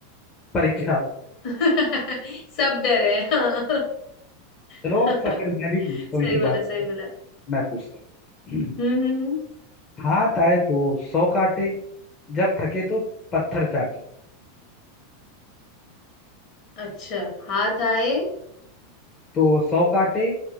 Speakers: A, on the left (about 30°); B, on the left (about 45°).
A: परीक्षा
B: <laughs> सब डरे हैं हाँ
A: चलो
B: <laughs>
A: अच्छा फिर मैं भी पूछता
B: सही
A: हूँ इसी बात
B: बोला सही
A: पे
B: बोला
A: मैं पूछता हूँ
B: हम्म हम्म हम्म।
A: <clears throat> हाथ आए तो सौ काटे जब थके तो पत्थर चाटे
B: अच्छा हाथ आए
A: तो सौ काटे